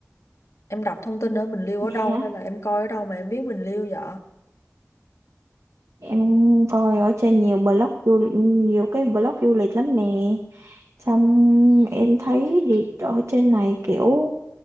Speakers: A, on the left; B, on the right.
A: Em đọc thông tin ở Bình Liêu
B: Vậy
A: ở đâu
B: hả?
A: hay là em coi ở đâu mà em biết Bình Liêu vậy?
B: Em coi ở trên nhiều blog du nhiều cái blog du lịch lắm nè. Xong em thấy đi ở trên này kiểu